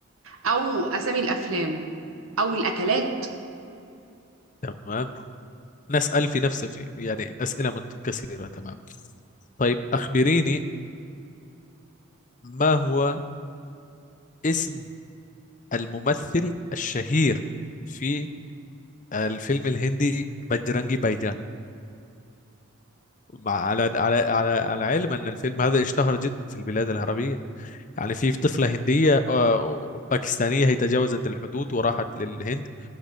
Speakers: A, on the right (about 80°); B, on the left (about 35°).
A: او اسامي الافلام او الاكلات
B: تمام نسأل في نفس في يعني أسئلة متكثرة تمام طيب أخبريني ما هو اسم الممثل الشهير في الفيلم الهندي بجرانجي بايجان؟ مع على على على على علم ان الفيلم هذا اشتهر جدا في البلاد العربيه يعني في طفله هنديه آه، باكستانيه هي تجاوزت الحدود وراحت للهند